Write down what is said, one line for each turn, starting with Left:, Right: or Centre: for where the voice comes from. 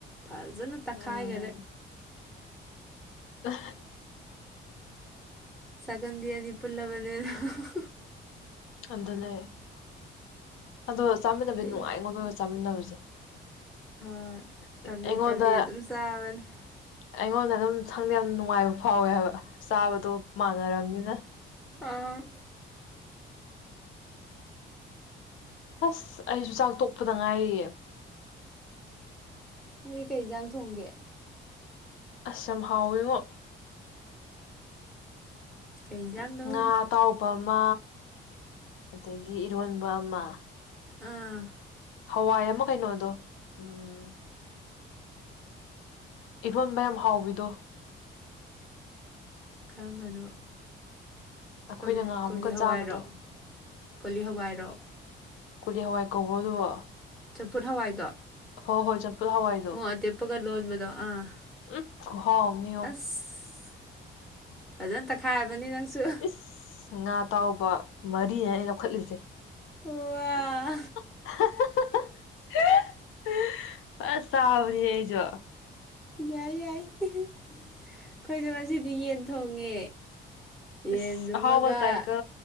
Centre: ꯐꯖꯅ ꯇꯛꯈꯥꯏꯈꯔꯦ
Left: ꯎꯝ ꯑ
Centre: ꯆꯥꯒꯟꯕꯤ‌ ꯑꯅꯤ ꯄꯨꯜꯂꯕꯅꯤꯅ ꯑꯍꯥ ꯑꯍꯥ
Left: ꯑꯗꯨꯅꯦ ꯑꯗꯣ ꯆꯥꯃꯤꯟꯅꯖ‌ꯦ
Centre: ꯄꯤꯛ
Left: ꯅꯨꯡꯉꯥꯏꯉꯣ ꯅꯣꯏꯒ ꯆꯥꯃꯤꯟꯅꯕꯖꯦ꯫
Centre: ꯑꯥ ꯇꯞꯂꯤ
Left: ꯑꯩꯉꯣꯟꯗ
Centre: ꯇꯞꯂꯤ ꯑꯗꯨꯝ ꯆꯥꯕꯅꯦ
Left: ꯑꯩꯉꯣꯟꯗ ꯑꯗꯨꯝ ꯁꯪꯗ ꯌꯥꯝ ꯅꯨꯡꯉꯥꯏꯕ ꯐꯥꯎꯋꯦ ꯍꯥꯏꯕ ꯆꯥꯕꯗꯣ ꯃꯥꯟꯅꯔꯕꯅꯤꯅ
Centre: ꯑꯥꯝ
Left: ꯑꯁ ꯑꯩꯁꯨ ꯆꯥꯛ ꯇꯣꯛꯄꯗ ꯉꯥꯏꯔꯤꯌꯦ꯫
Centre: ꯅꯣꯏ ꯀꯩ ꯌꯦꯟꯖꯥꯡ ꯊꯣꯡꯒꯦ?
Left: ꯑꯁ ꯌꯥꯝ ꯍꯥꯎꯋꯤꯉꯣ꯫
Centre: ꯀꯩꯖꯥꯡꯅꯧ
Left: ꯉꯥ ꯑꯇꯥꯎꯕ ꯑꯃ ꯑꯗꯒꯤ ꯏꯔꯣꯟꯕ ꯑꯃ꯫
Centre: ꯑꯥ
Left: ꯍꯋꯥꯏ ꯑꯃ ꯀꯩꯅꯣꯗꯣ ꯎꯝ ꯏꯔꯣꯟꯕꯃ ꯍꯥꯎꯕꯤꯗꯣ
Centre: ꯀꯔꯝꯕꯅꯣ
Left: ꯑꯩꯈꯣꯏꯅ
Centre: ꯀꯣꯜ
Left: ꯉꯍꯥꯃꯨꯛꯀ
Centre: ꯀꯣꯂꯤ ꯍꯋꯥꯏꯔꯣ
Left: ꯆꯥꯕꯗꯣ
Centre: ꯀꯣꯂꯤ ꯍꯋꯥꯏꯔꯣ
Left: ꯀꯣꯂꯤ ꯍꯋꯥꯏ ꯀꯧꯕꯣ ꯑꯗꯨꯕꯣ?
Centre: ꯆꯝꯐꯨꯠ ꯍꯋꯥꯏꯗꯣ
Left: ꯍꯣꯏ ꯍꯣꯏ ꯆꯝꯄꯨꯠ ꯍꯋꯥꯏꯗꯣ
Centre: ꯃꯣꯔꯣꯛ ꯑꯇꯦꯛꯄꯒ ꯂꯣꯟꯕꯗꯣ ꯑꯥ
Left: ꯎꯝ ꯈꯨꯍꯥꯎꯑꯝꯅꯤꯉꯣ꯫
Centre: ꯑꯁ ꯐꯖꯅ ꯇꯛꯈꯥꯏꯔꯕꯅꯤ ꯅꯪꯁꯨ
Left: ꯏꯁ ꯉꯥ ꯇꯥꯎꯕ ꯃꯔꯤꯅꯦ ꯑꯩꯅ ꯂꯧꯈꯠꯂꯤꯖꯦ꯫
Centre: ꯍꯋ
Left: <unintelligible> ꯐꯁ ꯆꯥꯕꯅꯤ ꯑꯩꯁꯨ
Centre: ꯌꯥꯏ ꯌꯥꯏ ꯑꯩꯈꯣꯏꯁꯨ ꯉꯁꯤꯗꯤ ꯌꯦꯟ ꯊꯣꯡꯉꯦ ꯌꯦꯟꯗꯨꯃꯒ
Left: ꯏꯁ ꯑꯍꯥꯎꯕ ꯆꯥꯏꯀꯣ